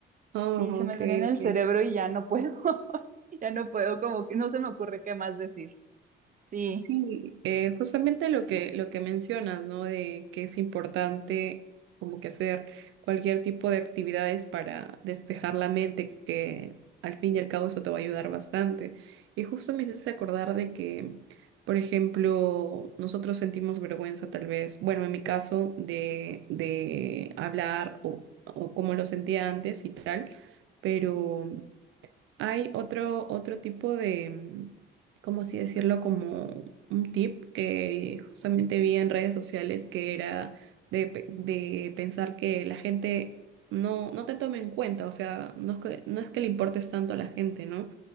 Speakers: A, on the right; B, on the right.
A: Oh,
B: Sí, se me
A: ok,
B: drena el
A: ok.
B: cerebro y ya no puedo, <laughs> ya no puedo, como que no se me ocurre qué más decir. Sí.
A: Sí, eh, justamente lo que, lo que mencionas, ¿no? De que es importante como que hacer cualquier tipo de actividades para despejar la mente, que al fin y al cabo eso te va a ayudar bastante. Y justo me hiciste acordar de que, por ejemplo, nosotros sentimos vergüenza tal vez, bueno, en mi caso, de, de hablar o, o como lo sentía antes y tal, pero... Hay otro, otro tipo de, mm, ¿cómo así decirlo? Como un tip que justamente vi en redes sociales que era de, pe- de pensar que la gente no, no te tome en cuenta, o sea, no es que, no es que le importes tanto a la gente, ¿no?